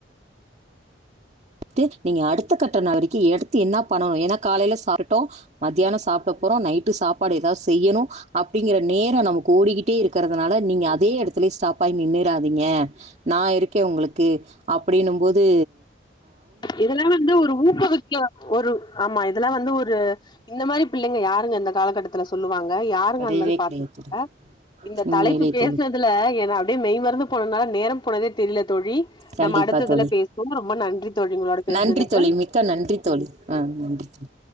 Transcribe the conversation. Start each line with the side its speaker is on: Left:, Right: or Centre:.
Right: த்து நீங்க அடுத் கட்டண வரைக்கு எடுத் த்து என்னா பண்ணணு ஏன்னா காலைல சாப்ட்டுட்டோ மதியானோ சாப்ட அப்புறோ நைட்டு சாப்பாடு ஏதாவது செய்யணோ அப்டீங்குற நேரோ நமக்கு ஓடிக்கிட்டே இருக்கிறதுனால நீங்க அதே எடத்துல ஸ்டாப்பாயி நின்னுறாதீங்க நா இருக்கே உங்களுக்கு அப்படி னும் போது
Left: இதலா வந்து ஒரு ஊக்குவிக்க ஒரு ஆமா இதெல்லா வந்து ஒரு இந்த மாரி பிள்ளைங்க யாருங்க இந்த காலக்கட்டத் சொல்லுவாங் யாருங்க
Right: கிடையவே
Left: அந்த மாதிரி பார்த்தங்க
Right: கிடையாது தோழி
Left: இந்த
Right: உண்மையிலேயே
Left: தலைப்பு பேசினதுல
Right: தோழி
Left: என் அப்படியே மெய் மருந்து போனதால நேர போனதே தெரியல தோழி
Right: கண்டிப்பாக
Left: நம்ம அடுத்ததுல
Right: தோழி
Left: பேசுவோம் ரொம்ப நன்றி தோழி உங்களோட பேசுனதுக்கு
Right: நன்றி தோழி மிக்க நன்றி தோழி ஆ நன்றி ம்